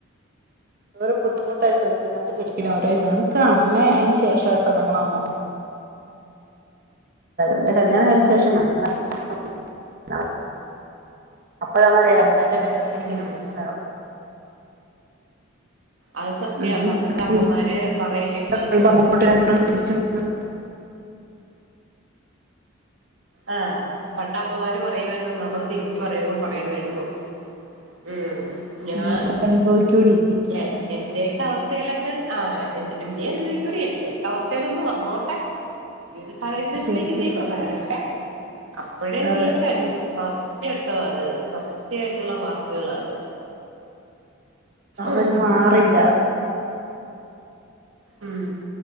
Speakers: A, on the right; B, on the right.
A: രം ബുദ്ധിമുട്ട് അനുഭവിക്കുന്നുണ്ട് ശരിക്കും അരെ ഞങ്ങക്ക് അമ്മേ അയിന് ശേഷംട്ടോ നമ്മള അമ്മ പൊ എന്റെ കല്യാണം കഴിഞ്ഞശേഷം ഞങ്ങ <unintelligible> <unintelligible> നളെ അപ്പഴാണ് <unintelligible> മ്മേന്റെ വില ശരിക്കുംമനസ്സിലാവും.
B: ഉം അത് സത്യവാ
A: ഞങ്ങൾ
B: പണ്ടത്തെ
A: ഇങ്ങോട്ട്
B: അമ്മമാര്
A: രീതിയിൽ
B: പറയില്ലേ ഇപ്പൊ
A: പറയുമ്പോ
B: <unintelligible>
A: അങ്ങോട്ട് രണ്ടെണ്ണം തിരിച്ചു വന്ന്
B: ആ പണ്ട് അമ്മമാര് പറയു വായിരുന്നു നമ്മള് തിരിച്ച് പറയുമ്പോ പറയുവായിരുന്നു ഉം ഞാൻ
A: നീ അനുഭവിക്കൂടി
B: എ എന്റെ അവസ്ഥയിലൊക്കെ ആ ന്റ നീ അനുഭവിക്കുവടി എന്റെയൊക്കെ അവസ്ഥ ലൊന്ന് വന്നോട്ടെ. ഈ ഒരു സാഹചര്യത്തിലേക്ക്
A: ശരിക്കും
B: നീയൊക്ക
A: സത്യം
B: വരട്ടെ അപ്പോഴേ നീയൊക്കെ-
A: അതെ
B: അനുഭ് സത്യം ട്ടോ അത് സത്യായിട്ടുള്ള വാക്കുകളാ അത്.
A: അവര്
B: ഉം
A: മാറില്ല.
B: ഉം.